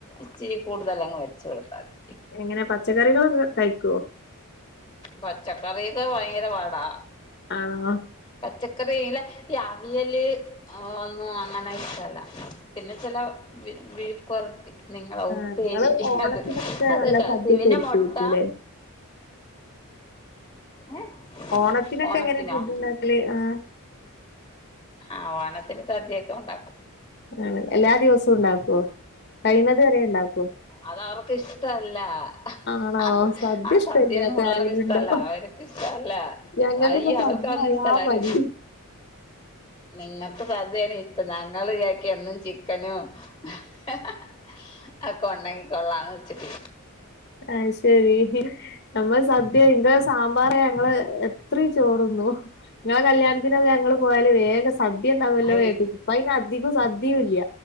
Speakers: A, on the left; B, on the left.
A: ഇച്ചിരി കൂടുതൽ അങ്ങ് വെച്ച് കൊടുത്താ മതി
B: എങ്ങനെ പച്ചക്കറികളൊക്കെ കഴിക്കുവോ
A: പച്ചക്കറിയൊക്കെ ഭയങ്കര പാടാ
B: ആണോ
A: പച്ചക്കറിയില് ഈ അവിയല് അ ഒന്നും അങ്ങനെ ഇ്ഷടമല്ല പിന്നെ ചില മി മിഴ്ക്ക്പരട്ടി നിങ്ങള് ഉപ്പേരി
B: ഞങ്ങള് ഓണൊക്കെ
A: അത് അതൊക്കെ
B: നല്ല സദ്യൊക്കെ
A: സി പിന്നെ
B: ഒരുക്കിയിരിക്കൂല്ലേ
A: മുട്ട ഏ
B: ഓണത്തിനൊക്കെ
A: ഓണത്തിനോ
B: എങ്ങനെയാ ഫുഡ് ഉണ്ടാക്കല് ആ
A: ആഹ് ഓണത്തിന് സദ്യയൊക്കെ ഉണ്ടാക്കും
B: ആണ്, എല്ലാ ദിവസും ഇണ്ടാക്കോ? കയ്യ്ണത് വരെ ഇണ്ടാക്കോ?
A: അതവർക്കിഷ്ടവല്ല
B: ആണോ
A: <unintelligible>
B: സദ്യ
A: ആഹ്
B: ഇഷ്ടല്ലാത്ത
A: സദ്യൊന്നും പിള്ളാർക്ക്
B: ആരേലും
A: ഇഷ്ടമല്ല
B: ഉണ്ടോ?
A: അവർക്ക് ഇഷ്ടല്ല
B: ഞങ്ങക്കൊക്കെ
A: അയ്യോ
B: സദ്യ
A: അവർക്കതൊന്നും
B: ആയാ
A: ഇഷ്ടമല്ല അവര്
B: മതി
A: നിങ്ങൾക്ക് സദ്യയാണ് ഇഷ്ടം ഞങ്ങൾ വിചാരിക്കും എന്നും ചിക്കനും <unintelligible> കൊള്ളാംന്ന് <unintelligible>
B: അത് ശരി നമ്മൾ സദ്യ ഇങ്ങള് സാമ്പാറ് ഞങ്ങള് എത്രയും ചോറുണ്ണും ഞാൻ കല്യാണത്തിന് ഞങ്ങള് പോയല് ഇത് വേഗം സദ്യയുണ്ടാവുമല്ലോ
A: അയ്
B: ഇപ്പ അതിന് അധികം സദ്യയും ഇല്ല